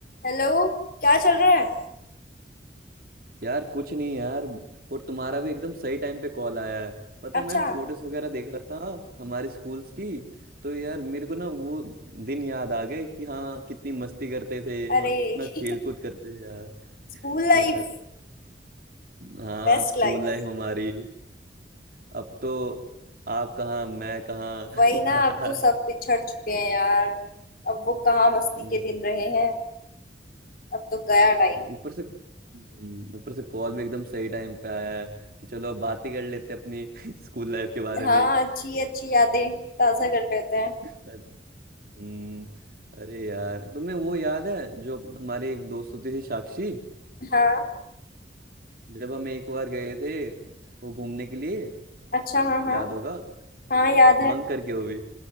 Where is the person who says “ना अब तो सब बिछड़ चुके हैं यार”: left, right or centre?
Left